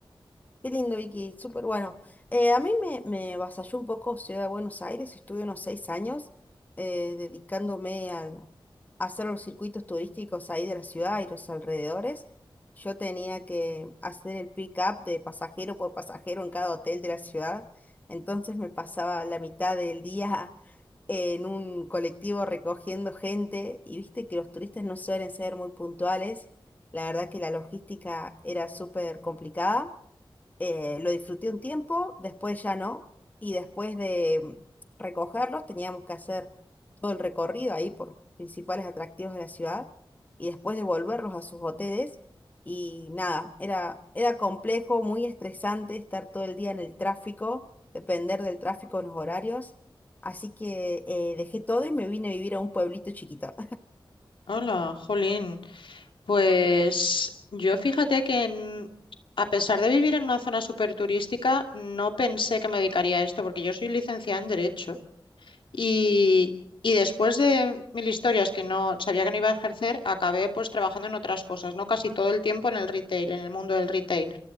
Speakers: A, on the left; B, on the left.
A: Qué lindo, Vicky, súper bueno. Eh, a mí me, me avasalló un poco Ciudad de Buenos Aires, estuve unos seis años eh, dedicándome al- a hacer los circuitos turísticos ahí de la ciudad y los alrededores. Yo tenía que hacer el pick-up de pasajero por pasajero en cada hotel de la ciudad, entonces me pasaba la mitad del día <laughs> en un colectivo recogiendo gente y viste que los turistas no suelen ser muy puntuales, la verdad que la logística era súper complicada eh, lo disfruté un tiempo, después ya no, y después de mm, recogerlos teníamos que hacer todo el recorrido ahí por los principales atractivos de la ciudad y después devolverlos a sus hoteles y nada, era, era complejo, muy estresante estar todo el día en el tráfico, depender del tráfico en los horarios, así que eh, dejé todo y me vine a vivir a un pueblito chiquito.
B: Hola, Jolín. Pues yo fíjate que en- a pesar de vivir en una zona súper turística, no pensé que me dedicaría a esto porque yo soy licenciada en Derecho. Y, y después de mil historias que no sabía que no iba a ejercer, acabé pues trabajando en otras cosas, ¿no? Casi todo el tiempo en el retail, en el mundo del retail.